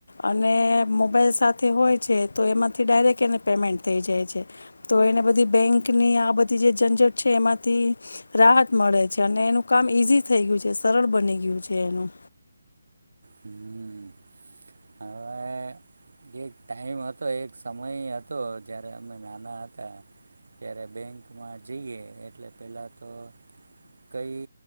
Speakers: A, on the left (about 70°); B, on the right (about 80°).
A: અને મોબાઈલ સાથે હોય છે તો એમાંથી ડાયરેક્ટ એને પેમેન્ટ થઈ જાય છે, તો એને બધી બેંકની આ બધ ની જે ઝંઝટ છે એમાંથી રાહત મળે છે, અને એનું કામ ઈઝી થઈ ગયું છે, સરળ બની ગયું છે એનું.
B: હમ હવે એક ટાઈમ હતો, એક સમય હતો જ્યારે અમે નાના હતા ત્યારે બેંકમાં જઈએ એટલે પહેલાં તો કઈ